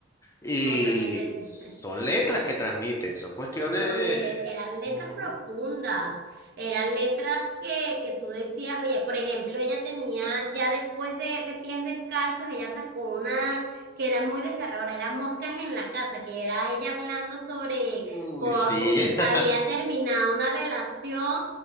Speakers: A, on the left; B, on the right.
A: Y
B: Totalmente
A: son
B: <laughs>
A: letras que transmiten, son cuestiones...
B: son le- eran letras
A: Ujú.
B: profundas, eran letras que, que tú decías, oye, por ejemplo, ella tenía, ya después de, de Pies Descalzos, ella sacó una que era muy desgarradora, era Moscas en la Casa, que era ella hablando sobre,
A: Uy,
B: co-
A: sí.
B: co- había
A: <laughs>
B: terminado una relación